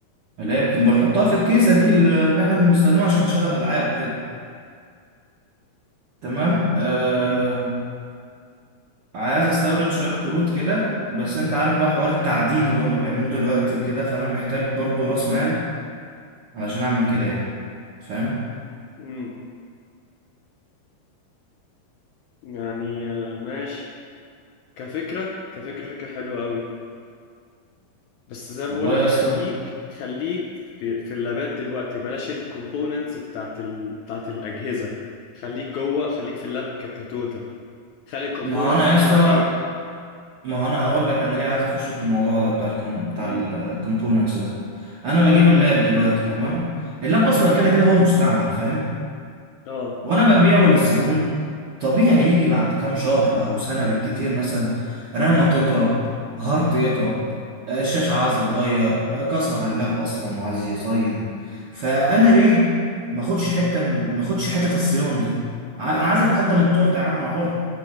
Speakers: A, on the right; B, on the left.
A: اللي هي بت- بنحطها في الكيسه دي اللي اللي احنا بنستخدمها عشان نشغل العاب وكده تمام آه
B: امم
A: عايز استورد شويه كروت كده بس انت عارف بقى حوار التعدين اللي هم بيعملوه دلوقتي وكده فانا محتاج برضو راس مال علشان اعمل كده يعني فاهم
B: امم يعني آه... ماشي كفكرة كفكرة فكرة حلوة قوي بس زي ما
A: والله
B: بقول لك
A: يا اسطى
B: خليك خليك في, في اللابات دلوقتي بلاش الكومبوننتس بتاعت ال... بتاعت الأجهزة خليك جوه خليك في اللاب ك- كتوتال خلي الكومبوننتس
A: ما هو انا يا
B: دي
A: اسطى
B: بعدين
A: ما هو انا هقول لك انا ليه عايز اخش في الموضوع ده بتاع الكم... بتاع
B: امم
A: الكومبوننتس ده انا
B: اه
A: بجيب اللاب دلوقتي تمام اللاب اصلا
B: تمام
A: كده كده هو مستعمل فاهم
B: اه
A: وانا ببيعه للزبون طبيعي يجي بعد كام شهر او سنة بالكتير مثلا رامة تضرب هارد يضرب آه، الشاشة عايزة تتغير آه، كسر اللاب اصلا وعايز يصين فانا ليه ما اخدش حتة ما اخدش حتة الصيانة دي ع- انا عايز اكل حتة من التورتة يا عم انا حر